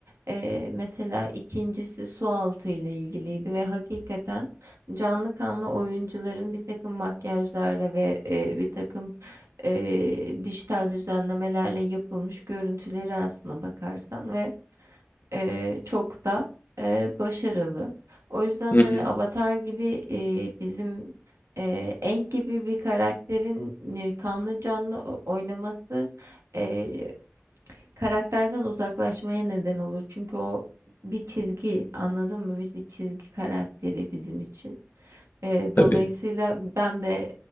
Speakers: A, on the right; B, on the left.
A: Eee, mesela 2.'si sualtı ile ilgiliydi ve hakikaten canlı kanlı oyuncuların bir takım makyajlarla ve, e, bir takım eee, dijital düzenlemelerle yapılmış görüntüleri aslında bakarsan ve eee, çok da eee, başarılı. O yüzden
B: hı
A: hani
B: hı.
A: Avatar gibi eee, bizim eee Aang gibi bir karakterin e, kanlı canlı o- oynaması eee, karakterden uzaklaşmaya neden olur. Çünkü o bir çizgi anladın mı? Biz bir çizgi karakteri bizim için. Eee, dolayısıyla
B: Tabii.
A: ben de